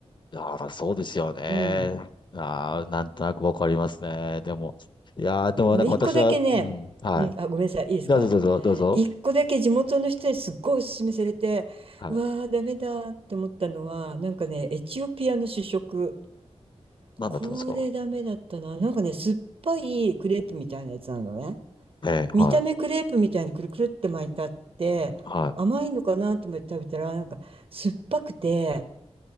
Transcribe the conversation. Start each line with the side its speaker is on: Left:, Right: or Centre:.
Left: あら、そうですよね。
Right: うん。
Left: ああ、なんとなくわかりますね。でも、いやー、でもなんか私は、
Right: でも一個だけね、
Left: うん、はい。
Right: うん、あ、ごめんなさい、いいですか
Left: じゃあ、どうぞ、どうぞ、どうぞ。
Right: 一個だけ地元の人にすっごいおすすめされて、
Left: はい。
Right: うわー、ダメだって思ったのは、なんかね、エチオピアの主食。
Left: なんだったんですか
Right: これダメだったな。なんかね、酸っぱいクレープみたいなやつなのね。
Left: ええ、
Right: 見た目クレープみたいにくるくるって巻いてあって、
Left: はい、は
Right: 甘いのかなと思って食べたら、なんか酸っぱくて、